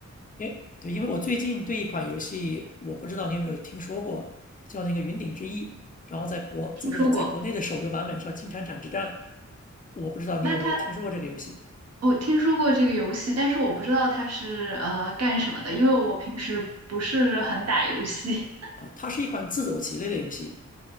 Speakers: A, on the left; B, on the right.
A: 因为对，因为我最近对一款游戏，我不知道你有没有听说过，叫那个《云顶之弈》，然后在国在在在国内的手游版本上，
B: 听说过。
A: 《金铲铲之战》，我不知道你有没有听说过这个游戏
B: 那它，我听说过这个游戏，但是我不知道它是呃干什么的，因为我平时不是很打游戏，
A: 啊？它是一款自走棋类的游戏，